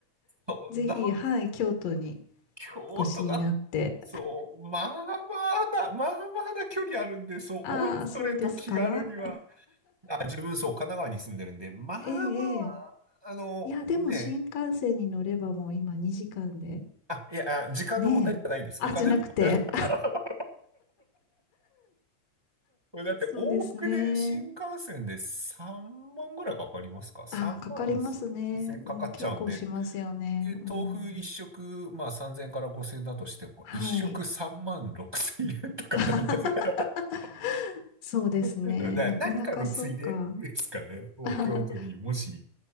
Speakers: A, on the right; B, on the left.
A: そんな、
B: ぜひ、はい、京都に
A: 京都が、
B: お越しになって。
A: そう、まあまあな、まあまあな距離あるんで、そう、
B: ああ、
A: おいそれと気軽には、
B: そうですか。
A: あ、自分、そう、神奈川に住んでるんで、まあま
B: ええ、ええ。
A: あ、あの、
B: いや、でも新幹線に乗ればもう今2時間で。
A: ね、あ、いや、あ時間の問題じゃないです。
B: ねえ。あ、
A: お金の。
B: じゃなくて。
A: <laughs>
B: <laughs>
A: だって、
B: そうですね。
A: 往復で新幹線で3万ぐらいかかりますか ?3
B: ああ、かかりますね。
A: 万数千かかっちゃうんで、
B: うん、結構しますよね。
A: で、
B: うん。
A: 豆腐一食、まあ3000から5000だとしても、
B: はい。
A: 一食3万6000円とかなんです。
B: <laughs>
A: <laughs>
B: そうですね。
A: だから何かのついでですかね。
B: なかなかそうか。
A: もう京都にもし
B: <laughs>